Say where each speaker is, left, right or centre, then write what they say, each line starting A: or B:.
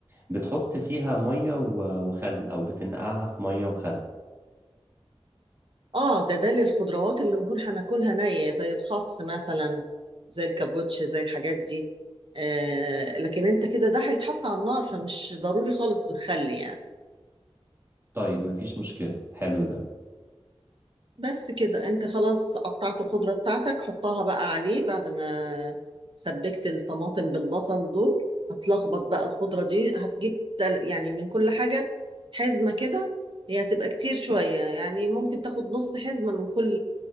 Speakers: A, on the right; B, on the right.
A: بتحط فيها مية و- وخل أو بتنقعها في مية وخل
B: اه ده ده للخضروات اللي نكون هناكلها نية زي الخس مثلا زي الكابوتش زي الحاجات دي آه لكن انت كده ده هيتحط على النار فمش ضروري خالص بتخلي يعني
A: طيب مفيش مشكلة حلو ده
B: بس كده انت خلاص قطعت الخضرة بتاعتك حطها بقى عليه بعد ما سبكت الطماطم بالبصل دول هتلخبط بقى الخضرة دي هتجيب تل- يعني من كل حاجة حزمة كده هي هتبقى كتير شوية يعني ممكن تاخد نص حزمة من كل